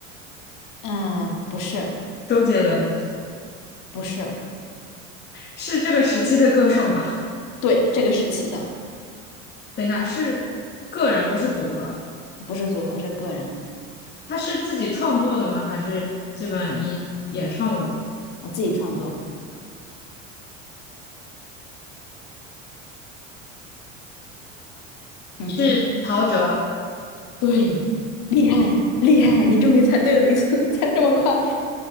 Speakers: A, on the left (about 50°); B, on the left (about 25°).
A: 嗯，不是
B: 周杰伦
A: 不是，
B: 是这个时期的歌手吗？
A: 对，这个时期的
B: 等一下，是个人不是组合，
A: 不是组合，是个人，
B: 他是自己创作的吗？还是基本以演唱为主？
A: 我自己创作。嗯哼，
B: 是陶喆，
A: 对，厉害厉害，你终于猜对了一次，<laughs> 猜这么快。